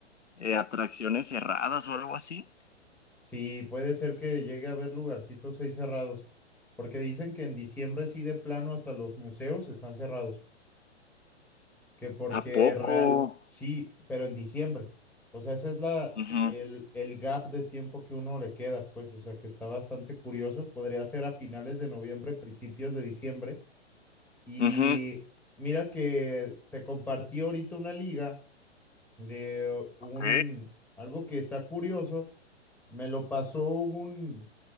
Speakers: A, on the left; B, in the centre.
A: eh, atracciones cerradas o algo así.
B: Sí, puede ser que llegue a haber lugarcitos ahí cerrados, porque dicen que en diciembre sí de plano hasta los museos están cerrados, que porque
A: ¿A poco?
B: real, sí, pero en diciembre. O sea, esa es la,
A: Ujú,
B: el, el gap de tiempo que uno le queda, pues, o sea, que está bastante curioso. Podría ser a finales de noviembre, principios de diciembre. Y
A: ujú,
B: mira que te compartí ahorita una liga de un,
A: Ok.
B: algo que está curioso. Me lo pasó un,